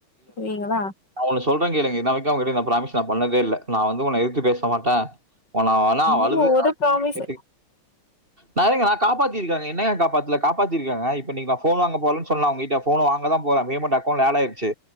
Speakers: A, on the left; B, on the right.
A: செரிங்களா
B: நா ஒண்ணு சொல்றேங் கேளுங்க இன்ன வரைக்கும் அவங்கிட்ட நா பிராமிஸ் நா பண்ணதே இல்ல நா வந்து உன்ன எதுத்து பேச மாட்டே உன்ன வென அவ
A: இது
B: அழுது
A: ஒரு
B: <unintelligible>
A: ப்ராமிஸ்
B: நெறையா காப்பாத்தி இருக்காங்க என்னயா காப்பாத்துல காப் பாத்திருக்கங்க இப்ப இன்னிக்கு நா ஃபோன் வாங்க போறலன்னு சொன்னா அவங்க கிட்ட ஃபோன் வாங்கதா போறன் பேமெண்ட் அக்கவுண்ட்ல ஆட் ஆயிடுச்சு